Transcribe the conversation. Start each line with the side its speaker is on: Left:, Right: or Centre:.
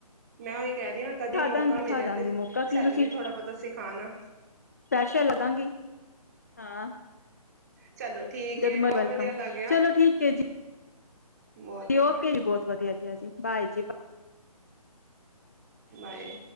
Right: ਮੈਂ ਕਹਿ ਰਹੇ ਆ ਕਦੀ
Left: ਖਾ
Right: ਮੌਕਾ
Left: ਦਾਂਗੀ ਖਾ
Right: ਮਿਲਿਆ
Left: ਦਾਂਗੀ
Right: ਤੇ,
Left: ਮੌਕਾ ਕੀ
Right: ਸਾਨੂੰ
Left: ਤੁਸੀਂ
Right: ਵੀ ਥੋੜ੍ਹਾ ਬਹੁਤਾ ਸਿਖਾਣਾ।
Left: ਸਪੈਸ਼ਲ ਲਦਾਂਗੀ ਹਾਂ
Right: ਚਲੋ ਠੀਕ
Left: ਜਦ
Right: ਹੈ ਬਹੁਤ
Left: <unintelligible> ਵੈਲਕਮ
Right: ਵਧੀਆ ਲੱਗਿਆ
Left: ਚਲੋ ਠੀਕ ਹੈ ਜੀ।
Right: ਬਹੁਤ ਵਧੀਆ
Left: ਓਕੇ ਜੀ ਬਹੁਤ ਵਧੀਆ ਗਿਆ ਜੀ ਬਾਏ ਜੀ ਬਾਏ।
Right: ਬਾਏ